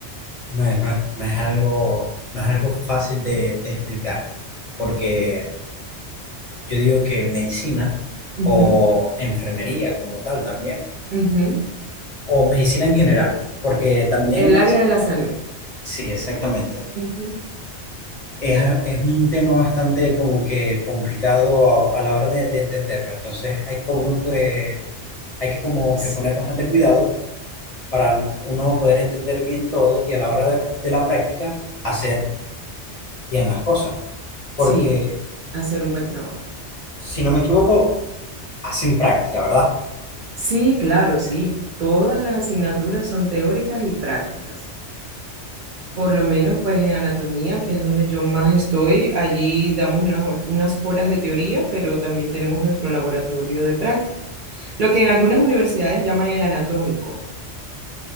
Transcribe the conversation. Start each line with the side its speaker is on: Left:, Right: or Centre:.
Left: No, es- no, es no es algo, no es algo fácil de, de explicar, porque yo digo que medicina
Right: Ujú,
Left: o enfermería como tal también.
Right: ujú.
Left: o medicina en general, porque también,
Right: El área de la salud.
Left: sí, exactamente.
Right: Ujú.
Left: Es, es un tema bastante como que complicado a, a la hora de, de entenderlo. Entonces hay como que, hay que como
Right: Sí,
Left: que poner bastante cuidado para uno poder entender bien todo y a la hora de, de la práctica hacer bien las cosas. Porque
Right: sí, hacer un buen trabajo.
Left: si no me equivoco, hacen práctica, ¿verdad?
Right: Sí, claro, sí. Todas las asignaturas son teóricas y prácticas. Por lo menos, pues en anatomía, que es donde yo más estoy, allí damos unas, hor- unas horas de teoría, pero también tenemos nuestro laboratorio de práctica, lo que en algunas universidades llaman el anatómico,